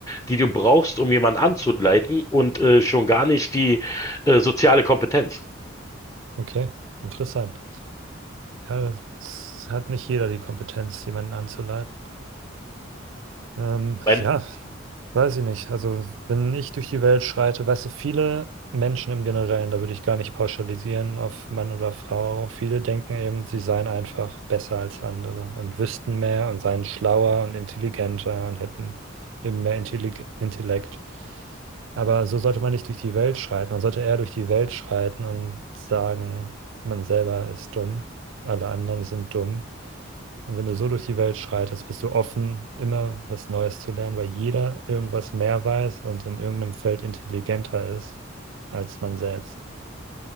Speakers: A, on the left; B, on the right.
A: die du brauchst, um jemanden anzuleiten und äh, schon gar nicht die äh, soziale Kompetenz.
B: okay, interessant. Ja, das hat nicht jeder die Kompetenz, jemanden anzuleiten. Ähm,
A: Mein,
B: ja, weiß ich nicht. Also, wenn ich durch die Welt schreite, weißt du, viele Menschen im Generellen, da würde ich gar nicht pauschalisieren auf Mann oder Frau, viele denken eben, sie seien einfach besser als andere und wüssten mehr und seien schlauer und intelligenter und hätten eben mehr Intellig Intellekt. Aber so sollte man nicht durch die Welt schreiten. Man sollte eher durch die Welt schreiten und sagen, man selber ist dumm, alle anderen sind dumm. Und wenn du so durch die Welt schreitest, bist du offen, immer was Neues zu lernen, weil jeder irgendwas mehr weiß und in irgendeinem Feld intelligenter ist als man selbst.